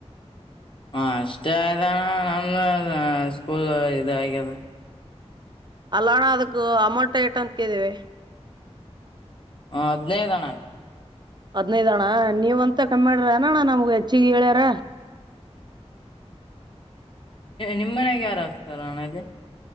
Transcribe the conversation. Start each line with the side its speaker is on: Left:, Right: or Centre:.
Left: ಹ ಅಷ್ಟೇ ಆಯಣ ನಮ್ದ ಸ್ಕೂಲ್ ಇದ ಆಗ್ಯದ
Right: ಅಲ್ಲ ಅಣ್ಣ ಅದಕ್ಕ ಅಮೌಂಟ್ ಏಟ ಅಂತ ಕಿದೀವಿ
Left: ಹ ಹದಿನೈದಣ
Right: ಹದ್ನೈದ ಅಣ್ಣ ನೀವ್ ಅಂತ ಕಮ್ಮಿ ಮಾಡ್ರ ಅನಣ್ಣ ನಮ್ಗ ಹೆಚ್ಚಿಿಗೆ ಹೇಳ್ಯಾರ
Left: ನಿಮ್ಮ ಮನ್ಯಾಗ ಯಾರುಾಗಕ್ತಾರ ನಣಲ್ಲಿ